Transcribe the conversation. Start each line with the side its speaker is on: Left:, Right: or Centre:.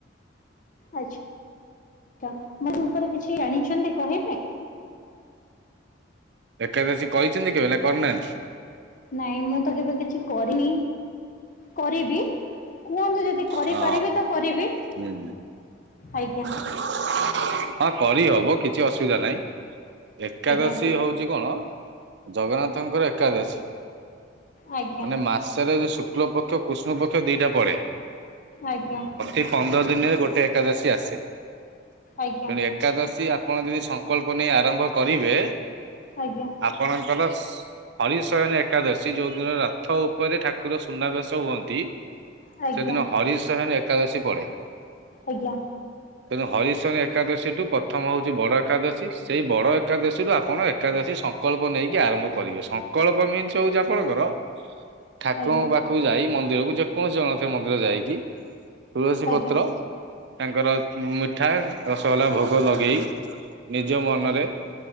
Left: ଆଚ୍ଛା ମୋତେ ଉପରେ କିଛି ଆଣିଛନ୍ତି କହି
Right: ଏକାଦଶୀ କହିଛନ୍ତି କେବେ ନା କରୁନାହାନ୍ତି?
Left: ନାଇଁ ମୁଁ ତ କେବେ କିଛି କରିନି କରିବି କୁହନ୍ତୁ ଯଦି କରିପାରିବି
Right: ହଁ
Left: ତ କରିବି
Right: ହୁଁ।
Left: ଆଜ୍ଞା।
Right: ହଁ କରି ହବ କିଛି ଅସୁବିଧା ନାହିଁ। ଏକାଦଶୀ
Left: ଆଜ୍ଞା
Right: ହଉଛି କଣ ଜଗନ୍ନାଥଙ୍କର ଏକାଦଶୀ। ମାନେ
Left: ଆଜ୍ଞା
Right: ମାସରେ ଯୋଉ ଶୁକ୍ଳ ପକ୍ଷ କୃଷ୍ଣ ପକ୍ଷ ଦିଟା ପଡେ।
Left: ଆଜ୍ଞା।
Right: ଏ ପନ୍ଦର ଦିନରେ ଗୋଟେ ଏକାଦଶୀ ଆସେ ତେଣୁ
Left: ଆଜ୍ଞା
Right: ଏକାଦଶୀ ଆପଣ ଯଦି ସଂକଳ୍ପ ନେଇ ଆରମ୍ଭ କରିବେ
Left: ଆଜ୍ଞା।
Right: ଆପଣଙ୍କର ହରିଶୟନ ଏକାଦଶୀ ଯୋଉ ଦିନ ରଥ ଉପରେ ଠାକୁର ସୁନାବେଶ ହୁଅନ୍ତି।
Left: ଆଜ୍ଞା
Right: ସେଦିନ ହରିଶୋହନ ଏକାଦଶୀ ପଡେ।
Left: ଆଜ୍ଞା।
Right: <inaudible> <unintelligible> ତେଣୁ ହରିଶନୀ ଏକାଦଶୀଠୁ ପ୍ରଥମ ହଉଛି ବଡ଼ ଏକାଦଶୀ ସେଇ ବଡ଼ ଏକାଦଶୀରୁୁ ଆପଣ ଏକାଦଶୀ ସଂ କଳ୍ପ ନେଇକି ଆରମ୍ଭ କରିବେ ସଂକଳ୍ପ ମିନ୍ସ ହଉଛି ଆପଣଙ୍କର ଠାକୁରଙ୍କ
Left: ଆଜ୍ଞା
Right: ପାଖକୁ ଯାଇ ମନ୍ଦିରକୁ ଯେକୌଣସି ଜଗନ୍ନାଥ ମନ୍ଦିର ଯାଇକି ତୁଳସୀ
Left: ଆଜ୍ଞା
Right: ପତ୍ର ତାଙ୍କର ମିଠା ରସଗୋଲା ଭୋଗ ଲଗେଇ ନିଜ ମନରେ